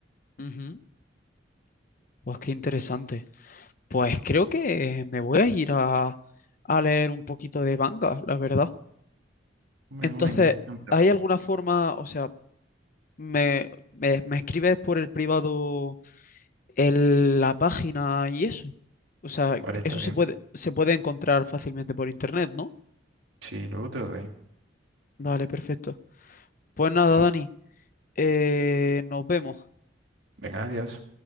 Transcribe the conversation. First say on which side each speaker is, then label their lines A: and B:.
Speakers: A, on the left; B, on the right.
A: Ujú. Pues qué interesante. Pues creo que me voy a ir a, a leer un poquito de manga, la verdad.
B: Bueno,
A: Entonces,
B: venga, no, pero-
A: ¿hay alguna forma, o sea, me, me, me escribes por el privado el- la página y eso? O sea,
B: Vale, está
A: eso
B: bien.
A: se puede, se puede encontrar fácilmente por internet, ¿no?
B: Sí, luego te lo doy.
A: Vale, perfecto. Pues nada, Dani, eh, nos vemos.
B: Venga, adiós.